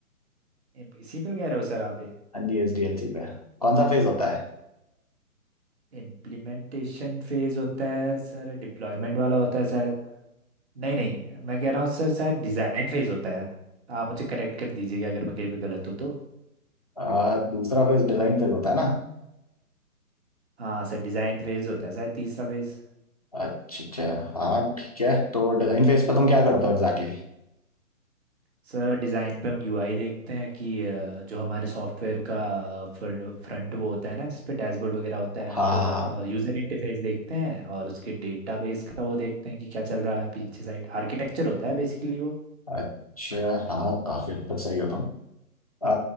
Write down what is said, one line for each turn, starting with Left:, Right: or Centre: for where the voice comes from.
Right: इम- इसी पे कह रहे हो सर आप ये
Left: हाँ जी एस डी एल सी पे कौन सा फेज होता है
Right: इम्प्लीमेंटेशन फेज होता है सर डिप्लॉयमेंट वाला होता है शायद नहीं नहीं मैं कह रहा हूँ सर शायद डिज़ाइन फेज होता है आप मुझे करेक्ट कर दीजिएगा अगर मैं कहीं पे गलत हूँ तो
Left: आ, दूसरा फेज डिजाइन फेज होता है ना
Right: हाँ सर डिज़ाइन फेज होता है शायद तीसरा फेज
Left: अच्छा अच्छा हाँ ठीक है तो डिजाइन फेज पे तुम क्या करते हो एग्जैक्टली
Right: सर डिज़ाइन पे हम यूआई देखते हैं कि अ, जो हमारे सॉफ्टवेयर का फ्रंट वो होता है ना जिस पे डैशबोर्ड वगैरह होता है
Left: हाँ
Right: तो
Left: हाँ
Right: यूज़र इंटरफेस देखते हैं और उसके डेटाबेस का वो देखते हैं कि क्या चल रहा है पीछे साइड आर्किटेक्चर होता है बेसिकली वो
Left: हाँ। अच्छा हाँ काफी हद तक सही हो तुम आ,